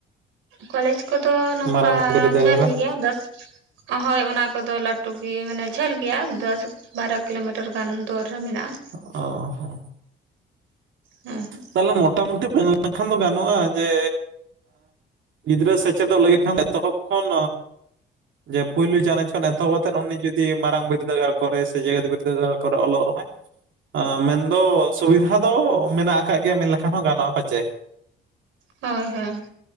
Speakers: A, on the right; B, on the right.
A: ᱠᱚᱞᱮᱡᱽ ᱠᱚᱫᱚ ᱱᱚᱝᱠᱟ
B: ᱢᱟᱨᱟᱝ ᱵᱤᱨᱫᱟᱹᱜᱟᱲ
A: ᱡᱷᱟᱹᱞᱤ ᱜᱮᱭᱟ ᱫᱚᱥ ᱦᱳᱭ ᱚᱱᱟ ᱠᱚᱫᱚ ᱞᱟᱹᱴᱩ ᱜᱮ, ᱢᱟᱱᱮ ᱡᱷᱟᱹᱞ ᱜᱮᱭᱟ ᱫᱚᱥ ᱵᱟᱨᱚ ᱠᱤᱞᱳᱢᱤᱴᱟᱨ ᱜᱟᱱ ᱫᱩᱨ ᱨᱮ ᱢᱮᱱᱟᱜᱼᱟ᱾
B: ᱚ ᱦᱮᱸ
A: ᱦᱚᱸ
B: ᱛᱟᱦᱚᱞᱮ ᱢᱳᱚᱴᱟᱢᱩᱴᱤ ᱢᱮᱱ ᱞᱮᱠᱷᱟᱱ ᱫᱚ ᱜᱟᱱᱚᱜᱼᱟ ᱡᱮ, ᱜᱤᱫᱽᱨᱟᱹ ᱥᱮᱪᱮᱫᱚᱜ ᱞᱟᱹᱜᱤᱫ ᱠᱷᱟᱱ ᱮᱛᱚᱦᱚᱵ ᱠᱷᱚᱱᱼᱼ ᱡᱮ ᱯᱳᱭᱞᱳ ᱪᱟᱱᱟᱪ ᱠᱷᱚᱱ ᱮᱛᱚᱦᱚᱵ ᱠᱟᱛᱮᱫ ᱩᱱᱤ ᱡᱩᱫᱤ ᱢᱟᱨᱟᱝ ᱵᱤᱨᱫᱟᱹᱜᱟᱲ ᱠᱚᱨᱮ ᱥᱮ ᱡᱮᱜᱮᱛ ᱵᱤᱨᱫᱟᱹᱜᱟᱲ ᱠᱚᱨᱮ ᱚᱞᱚᱜ ᱨᱮᱦᱚᱸᱼᱼ ᱢᱮᱱᱫᱚ ᱥᱩᱵᱤᱫᱷᱟ ᱫᱚ ᱢᱮᱱᱟᱜ ᱟᱠᱟᱟᱜ ᱜᱮᱭᱟ, ᱢᱮᱱ ᱞᱮᱠᱷᱟᱱ ᱦᱚᱸ ᱜᱟᱱᱚᱜᱼᱟ ᱯᱟᱪᱮ
A: ᱦᱳᱭ, ᱦᱳᱭ